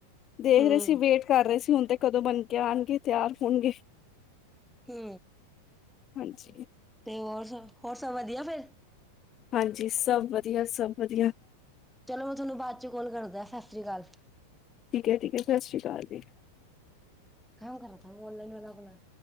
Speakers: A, on the left; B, in the centre.
A: ਦੇਖ
B: ਹਮ
A: ਰਹੇ ਸੀ ਵੇਟ ਕਰ ਰਹੇ ਸੀ, ਹੁਣ ਤੇ ਕਦੋਂ ਬਣ ਕੇ ਆਣਗੇ, ਤਿਆਰ ਹੋਣਗੇ
B: ਹੂੰ।
A: ਹਾਂਜੀ।
B: ਤੇ ਹੋਰ ਸਬ, ਹੋਰ ਸਬ ਵਦੀਆ ਫੇਰ?
A: ਹਾਂਜੀ, ਸਭ ਵਦੀਆ, ਸਭ ਵਦੀਆ।
B: ਚਲੋ, ਮੈਂ ਤੁਹਾਨੂੰ ਬਾਅਦ ਚ ਕੋਲ ਕਰਦਾਂ, ਸਤਿ ਸ੍ਰੀ ਕਾਲ।
A: ਠੀਕ ਏ, ਠੀਕ ਏ। ਸਤਿ ਸ੍ਰੀ ਕਾਲ ਜੀ।
B: ਖਾਂ ਖ ਓਨਲਾਈਨ ਵਾਲਾ ਆਪਨਾ